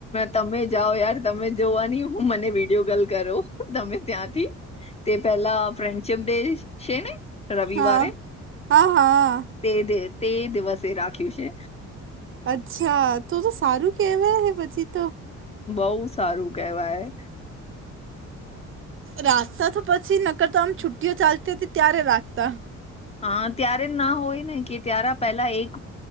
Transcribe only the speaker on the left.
તમે જાઓ યાર તમે જોવા ની હું મને વિડીયો કોલ કરો તમે ત્યાંથી. તે પેહેલા ફ્રેન્ડશિપ ડે છે ને. રવિવારે
તે દ તે દિવસે રાખ્યું છે.
બહું સારું કેહેવાય.
હા ત્યારે ના હોય ને કે ત્યારે પહેલા એક